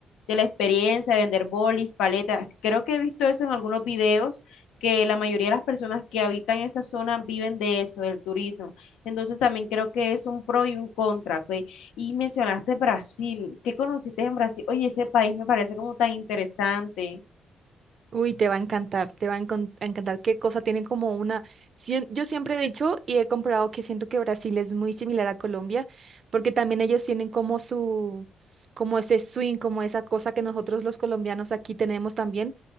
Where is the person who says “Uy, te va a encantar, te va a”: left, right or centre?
Right